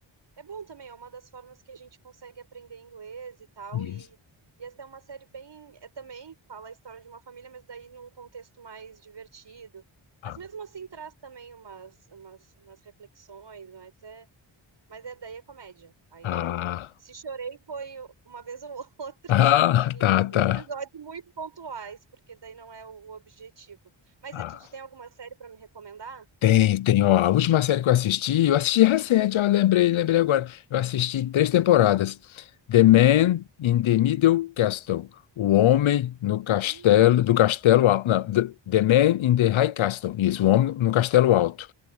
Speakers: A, on the right (about 60°); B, on the left (about 80°).
A: é bom também, é uma das formas que a gente consegue aprender inglês e tal.
B: isso.
A: E, e essa é uma série bem. É, também fala a história de uma família, mas daí num contexto mais divertido.
B: Ah,
A: Mas mesmo assim traz também umas, umas, umas reflexões, mas é, mas é, daí é comédia. Aí
B: ah,
A: eu. Se chorei foi uma vez ou <laughs> outra,
B: ah,
A: em
B: tá, tá.
A: episódios muito pontuais, porque daí não é o objetivo. Mas
B: Ah.
A: e tu, tu tem alguma série pra me recomendar?
B: Tem, tem, ó, a última série que eu assisti, eu assisti recente, ó, lembrei, lembrei agora. Eu assisti três temporadas. The Man in the Middle Castle. O Homem no
A: Hum,
B: Castelo, do Castelo Alto. Não, The, The Man in the High Castle. Isso, o Homem no Castelo
A: nossa.
B: Alto.